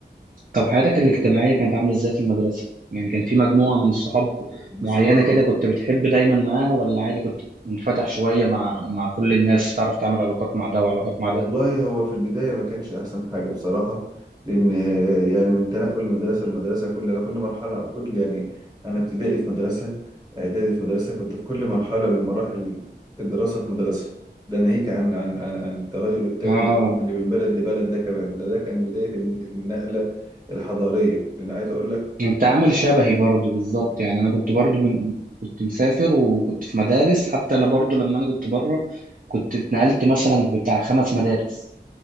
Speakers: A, on the right; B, on the right.
A: طب حياتك الاجتماعية كانت عاملة ازاي في المدرسة؟ يعني كان في مجموعة من الصحاب
B: بصراحه
A: معينة كده كنت بتحب دايما معاها ولا عادي كنت منفتح شوية مع مع كل الناس تعرف تعمل علاقات مع ده وعلاقات مع ده؟
B: والله هو في البداية ما كانش أحسن حاجة بصراحة لأن آه، يعني من تنقل لمدرسة لمدرسة كل أنا كل مرحلة أو كل يعني أنا ابتدائي في مدرسة إعدادي في مدرسة كنت في كل مرحلة من مراحل الدراسة في مدرسة ده ناهيك عن عن عن عن التغير التام
A: اه
B: اللي من بلد لبلد ده كمان ده, ده كان بداية النقلة الحضارية لأن عايز أقول لك
A: انت عامل شبهي برضو بالظبط يعني انا كنت برضو من كنت مسافر وكنت في مدارس حتى لا برضو لما انا كنت بره كنت اتنقلت مثلا بتاع خمس مدارس